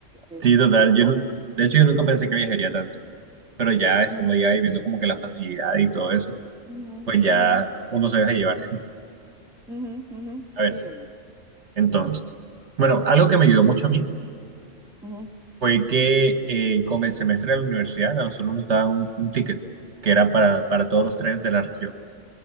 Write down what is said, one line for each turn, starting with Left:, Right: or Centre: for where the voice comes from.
Centre: Eh,
Right: Sí, total,
Centre: pe- Pero
Right: yo
Centre: no.
Right: no, de hecho yo nunca pensé que viajaría tanto, pero ya estando
Centre: Ujú,
Right: allá y viendo como que la facilidad y todo eso,
Centre: ujú,
Right: pues ya
Centre: ujú.
Right: uno se deja llevar. <laughs>
Centre: Ujú, ujú.
Right: A
Centre: Sí,
Right: ver,
Centre: oye.
Right: entonces,
Centre: Ujú,
Right: bueno, algo que me ayudó mucho a mí
Centre: ujú,
Right: fue que eh, con el semestre de la universidad a nosotros nos daban un, un ticket que era para, para todos
Centre: ujú.
Right: los trenes de la región.